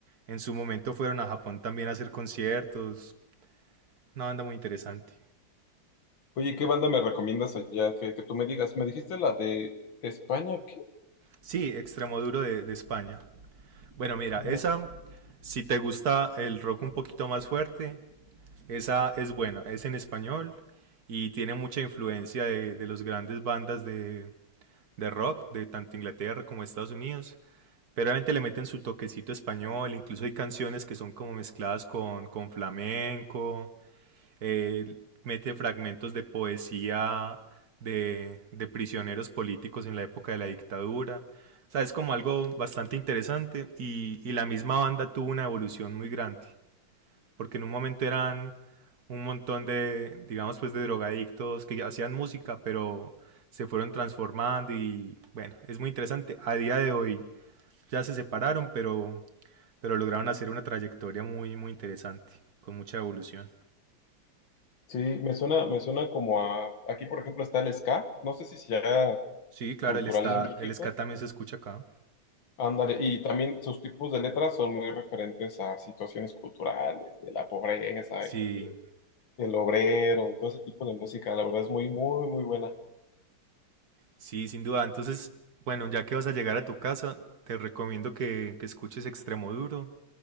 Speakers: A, on the right; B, on the left.
A: en su momento fueron a Japón también a hacer conciertos. Una banda muy interesante.
B: Oye, ¿qué banda me recomiendas allá? Que, que tú me digas. ¿Me dijiste la de España? ¿Qué?
A: Sí, Extremoduro de, de España. Bueno, mira,
B: ¿Cómo?
A: esa, si te gusta el rock un poquito más fuerte, esa es buena. Es en español y tiene mucha influencia de, de las grandes bandas de, de rock, de tanto Inglaterra como Estados Unidos. Pero obviamente le meten su toquecito español, incluso hay canciones que son como mezcladas con, con flamenco, eh, mete fragmentos de poesía de, de prisioneros políticos en la época de la dictadura. O sea, es como algo bastante interesante y, y la misma banda tuvo una evolución muy grande, porque en un momento eran un montón de, digamos, pues de drogadictos que hacían música, pero se fueron transformando y bueno, es muy interesante. A día de hoy ya se separaron, pero, pero lograron hacer una trayectoria muy, muy interesante, con mucha evolución.
B: Sí, me suena, me suena como a... Aquí, por ejemplo, está el ska. No sé si sea
A: Sí, claro,
B: cultural
A: el está,
B: de México.
A: el ska también se escucha acá.
B: Ándale, y también sus tipos de letras son muy referentes a situaciones culturales, de la pobreza
A: Sí,
B: y que el obrero, y todo ese tipo de música. La verdad es muy, muy, muy buena.
A: sí, sin duda. Entonces, bueno, ya que vas a llegar a tu casa, te recomiendo que, que escuches Extremo Duro.